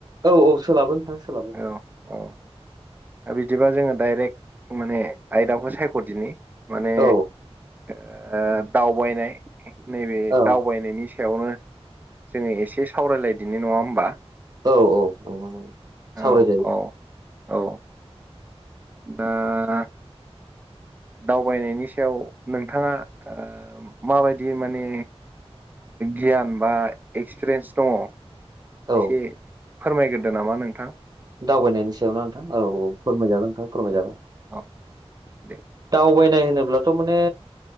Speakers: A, on the right; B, on the right.
A: औ औ सोलाबो नोंथां सोलाबो।
B: औ औ बिदिबा जोङो डाइरेक्ट माने आयदाखौ सायख'दिनि माने
A: औ
B: ओ दावबायनाय नैबे
A: औ
B: दावबायनायनि सायावनो जोङो एसे सावरायलायदिनि नङा होमबा?
A: औ -औ- औ सावरायजायो।
B: औ औ औ दा दावबायनायनि सायाव नोंथाङा ओ माबायदि माने गियान बा एक्सपिरियेन्स दङ?
A: औ
B: एसे फोरमायग्रोदो नामा नोंथां?
A: दावबायनायनि सायावनो नोंथां औ- औ फोरमायजागोन नोंथां फोरमायजागोन।
B: औ दे।
A: दावबायनाय होनोब्लाथ' माने